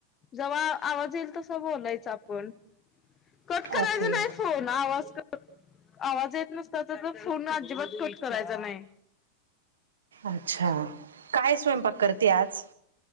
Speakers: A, on the left (about 30°); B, on the right (about 75°).
A: जेव्हा आवाज येईल तसा बोलायचं आपण. कट करायच
B: ओके
A: नाही फोन आवाज आवाज येत नसताचा, तर फोन अजिबात कट करायचा नाही.
B: अच्छा काय स्वयंपाक करते आज?